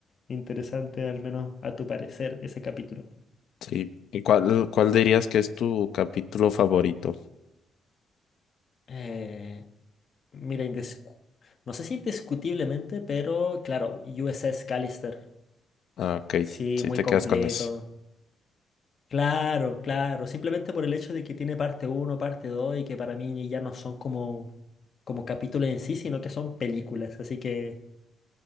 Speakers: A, on the left (about 40°); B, on the left (about 65°).
A: interesante, al menos a tu parecer, ese capítulo.
B: Sí, ¿y cuál, cuál dirías que es tu capítulo favorito?
A: Eh, mira, indiscu- no sé si indiscutiblemente, pero claro, USS Callister.
B: Ah, ok,
A: Sí,
B: sí,
A: muy
B: te
A: completo.
B: quedas con ese.
A: Claro, claro. Simplemente por el hecho de que tiene parte uno, parte 2 y que para mí ya no son como, como capítulos en sí, sino que son películas. Así que...